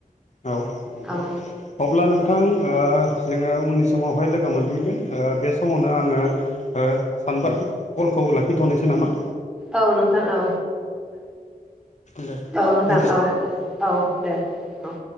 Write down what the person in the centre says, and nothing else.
औ
औ नोंथां औ
औ नोंथां
औ <unintelligible> औ दे औ